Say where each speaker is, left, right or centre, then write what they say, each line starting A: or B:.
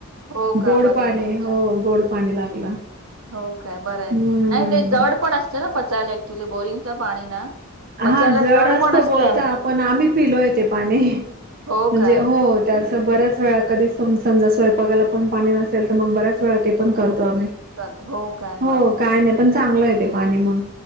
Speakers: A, on the right (about 65°); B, on the right (about 40°).
A: हो काय
B: गोड
A: बर
B: पाणी
A: आहे बर आहे
B: हो गोड पाणी लागलं.
A: हो का बर आहे
B: हम्म.
A: नाही ते जाड पण असतं ना पचायला ऍक्च्युली बोरिंगच पाणी ना पचायला
B: हा जड असत
A: पण असतं
B: बोलता आपण आम्ही पिलो आहे तेे पाणी
A: हो
B: म्हणजे
A: काय
B: हो त्यासं बऱ्याच वेळा कधी स समजा स्वयंपाकाला पण पाणी नसेल तर मग बऱ्याच वेळा ते पण करतो आम्ही.
A: चालत हो काय
B: हो
A: बापरे
B: काय नाही पण चांगलं येत पाणी म.